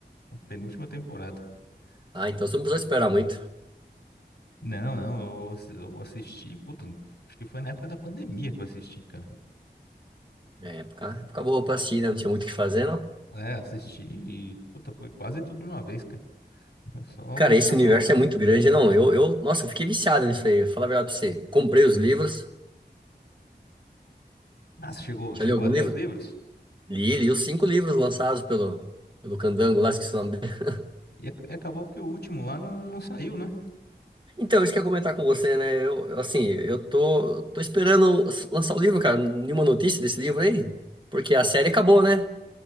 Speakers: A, on the left; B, on the right.
A: Na penúltima temporada.
B: Ah, então
A: Eu-
B: você não precisou esperar muito.
A: Não, não, eu, assi- eu assisti, puta, acho que foi na época da pandemia que eu assisti, cara.
B: É época, época boa pra assistir, né? Não tinha muito o que fazer,
A: Ah, é, assisti, e, puta, foi quase tudo de uma vez, cara. Foi Só
B: Cara,
A: maratonando.
B: esse universo é muito grande, não. Eu, eu, nossa, eu fiquei viciado nisso aí. Falar a verdade pra você. Comprei os livros.
A: Ah, você chegou,
B: Já
A: chegou
B: li algum
A: a ler
B: livro?
A: os livros?
B: Li, li os cinco livros lançados pelo, pelo Candango, lá esqueci o nome dele.
A: E, ac- e acabou que o último lá não, não saiu, né?
B: Então, isso que eu ia comentar com você, né? Eu, eu, assim, eu tô, tô esperando lançar o livro, cara. Nenhuma notícia desse livro aí. Porque a série acabou, né?